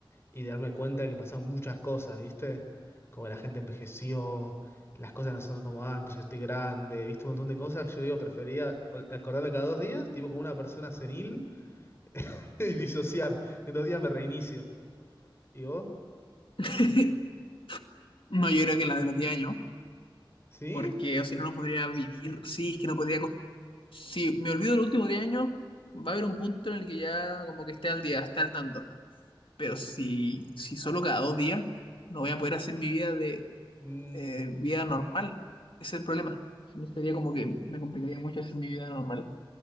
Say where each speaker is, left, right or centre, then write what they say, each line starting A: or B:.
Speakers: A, on the left; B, on the left.
A: y de darme cuenta que pasaron muchas cosas, ¿viste? Como que la gente envejeció, las cosas no son como antes, ya estoy grande, ¿viste? Un montón de cosas. que Yo digo, prefería ol- acordarme cada dos días, tipo como una persona senil, <laughs> y disociar. En dos días me reinicio. ¿Y vos?
B: <laughs> No, yo creo que la de los 10 años.
A: ¿Sí?
B: porque o si no, no podría vivir. Sí, es que no podría. cos- Si me olvido los últimos 10 años, va a haber un punto en el que ya como que esté al día, esté al tanto. Pero si, si solo cada dos días, no voy a poder hacer mi vida de
A: Mm,
B: eh, vida normal. Ese es el problema. No sería como que me complicaría mucho hacer mi vida normal.